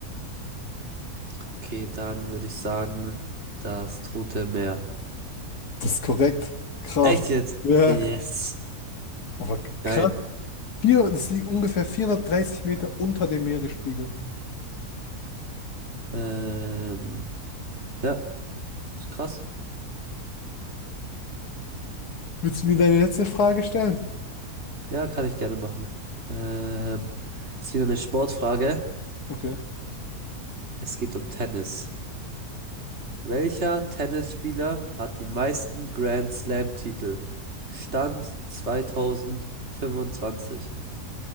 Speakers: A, on the right; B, on the left.
A: Okay, dann würde ich sagen, das Tote Meer.
B: Das ist korrekt. Krass.
A: Echt jetzt?
B: Ja,
A: Yes.
B: aber
A: Geil.
B: krass. Vier, das liegt ungefähr 430 Meter unter dem Meeresspiegel.
A: Ähm, ja, ist krass.
B: Willst du mir deine letzte Frage stellen?
A: Ja, kann ich gerne machen. Ähm, jetzt wieder eine Sportfrage.
B: Okay.
A: Es geht um Tennis. Welcher Tennisspieler hat die meisten Grand Slam-Titel? Stand 2025.